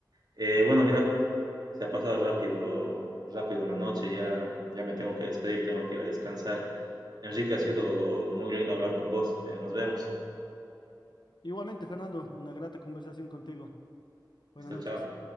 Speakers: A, on the right; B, on the left.
A: Eh, bueno, mira, se ha pasado rápido, rápido la noche, ya, ya me tengo que despedir, tengo que ir a descansar. Enrique, ha sido muy lindo hablar con vos. eh, nos vemos.
B: Igualmente, Fernando, una grata conversación contigo. Buenas
A: Listo,
B: noches.
A: chao.